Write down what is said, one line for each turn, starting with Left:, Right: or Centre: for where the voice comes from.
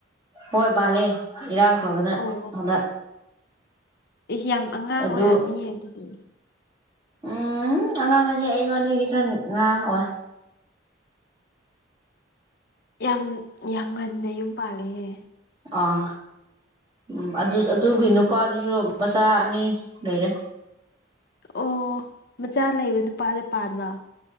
Right: ꯍꯣꯏ ꯄꯥꯜꯂꯦ ꯏꯔꯥꯡ ꯇꯧꯗꯅ
Left: ꯑꯣ
Right: ꯍꯟꯗꯛ
Left: ꯑꯦ ꯌꯥꯝ ꯑꯉꯥꯡ
Right: ꯑꯗꯨ
Left: ꯑꯣꯏꯔꯝꯅꯤꯌꯦ ꯑꯗꯨꯗꯤ
Right: ꯎꯝ ꯑꯉꯥꯡ ꯍꯣꯗꯤ ꯑꯩꯉꯣꯟꯗꯒꯗꯤ ꯈꯔ ꯉꯉꯥꯡꯑꯣ
Left: ꯌꯥꯝ ꯌꯥꯝ ꯉꯟꯅ ꯌꯨꯝ ꯄꯥꯜꯂꯤꯍꯦ
Right: ꯑꯥ ꯎꯝ ꯑꯗꯨ ꯑꯗꯨꯒꯤ ꯅꯨꯄꯥꯗꯨꯁꯨ ꯃꯆꯥ ꯑꯅꯤ ꯂꯩꯔꯦ
Left: ꯑꯣ ꯃꯆꯥ ꯂꯩꯕ ꯅꯨꯄꯥꯗ ꯄꯥꯟꯕ